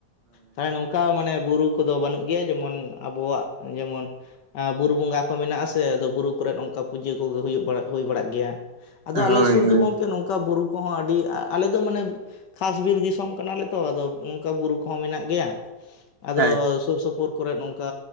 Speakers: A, on the left (about 70°); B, on the right (about 50°).
A: ᱛᱟᱦ ᱱᱚᱝ ᱚᱱᱠᱟ ᱢᱟᱱᱮ ᱵᱩᱨᱩ ᱠᱚᱫᱚ ᱵᱟᱹᱱᱩᱜ ᱜᱮᱭᱟ, ᱡᱮᱢᱚᱱ ᱟᱵᱚᱣᱟᱜ ᱡᱮᱢᱚᱱᱼᱼ ᱟᱸ ᱵᱩᱨᱩ ᱵᱚᱸᱜᱟ ᱠᱚ ᱢᱮᱱᱟᱜᱼᱟ ᱥᱮ ᱟᱫᱚ ᱵᱩᱨᱩ ᱠᱚᱨᱮᱜ ᱱᱚᱝᱠᱟ ᱯᱩᱡᱟᱹ ᱠᱚᱜᱮ ᱦᱩᱭᱩᱜ ᱦᱩᱭ ᱵᱟᱲᱟᱜ ᱜᱮᱭᱟ᱾ ᱵᱟᱲᱟᱜ ᱜᱮᱭᱟ ᱾ ᱟᱫᱚ ᱟᱞᱮ
B: ᱦᱳᱭ
A: ᱥᱩᱨ ᱫᱚ
B: ᱦᱳᱭ
A: ᱜᱚᱝᱠᱮ ᱱᱚᱝᱠᱟ ᱵᱩᱨᱩ ᱠᱚᱦᱚᱸ ᱟᱹᱰᱤ ᱟᱞᱮ ᱫᱚ ᱢᱟᱱᱮ ᱠᱷᱟᱥ ᱵᱤᱨ ᱫᱤᱥᱚᱢᱼᱼ ᱠᱟᱱᱟ ᱞᱮ ᱛᱚ ᱟᱫᱚ ᱚᱝᱠᱟ ᱵᱩᱨᱩ ᱠᱚᱦᱚᱸ ᱢᱮᱱᱟᱜ ᱜᱮᱭᱟ ᱟᱫᱚᱼᱼ
B: ᱟᱡ
A: ᱥᱩᱨ ᱥᱩᱯᱩᱨ ᱠᱚᱨᱮᱜ ᱱᱚᱝᱠᱟ